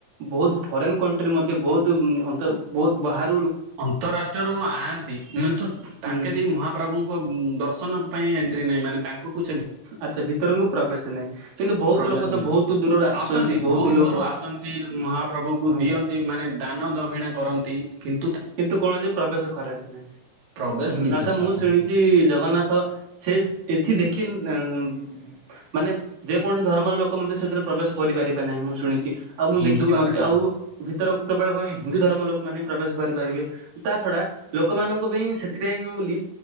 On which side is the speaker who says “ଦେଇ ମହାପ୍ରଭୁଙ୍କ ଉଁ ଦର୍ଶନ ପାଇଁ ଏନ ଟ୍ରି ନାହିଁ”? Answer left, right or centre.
Right